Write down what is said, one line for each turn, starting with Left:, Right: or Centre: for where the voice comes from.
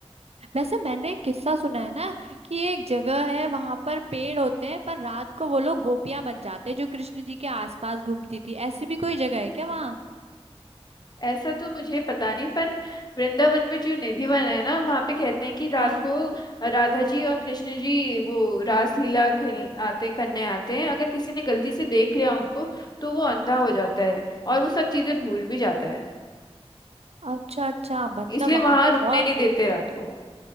Right: वैसे मैंने एक किस्सा सुना है ना कि एक जगह है वहां पर पेड़ होते हैं पर रात को वो लोग गोपियां बन जाते हैं जो कृष्ण जी के आसपास घूमती थी ऐसी भी कोई जगह है क्या वहाँ
Left: ऐसा तो मुझे पता नहीं पर वृंदावन में जो निधिवन है ना वहाँ पे कहते हैं कि रात
Right: हाँ
Left: को राधा जी और कृष्ण जी वो रास लीला खेल आते करने आते हैं अगर किसी ने गलती से देख लिया उनको तो वो अंधा हो जाता है और वो सब चीजें भूल भी जाता है
Right: अच्छा अच्छा मतलब
Left: इसलिए
Right: वहां
Left: वहां
Right: पर
Left: रुकने
Right: बहुत
Left: नहीं देते रात को